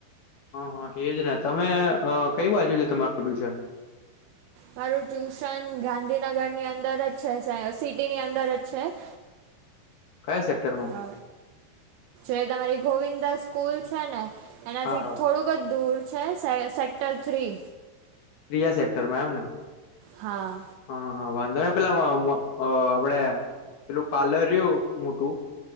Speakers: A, on the left; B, on the right.
A: હ-હ એજ ને તમે અ કઈ બાજુ છે તમારું ટ્યુશન.
B: મારું ટ્યુશન ગાંધીનગરની અંદર જ છે. સે સિટીની અંદર જ છે. <inaudible>
A: કયા સેક્ટરમાં.
B: અ જે તમારી ગોવિંદા સ્કૂલ છે ને એનાથી
A: હા હા
B: થોડુંક દૂર છે. સે સેક્ટર થ્રી.
A: ત્રીજા સેક્ટરમાં એમ ને.
B: હા.
A: હા-હા વાંધો ને પેલા વ મ અ આપડે પેલું પાર્લર રહ્યું મોટું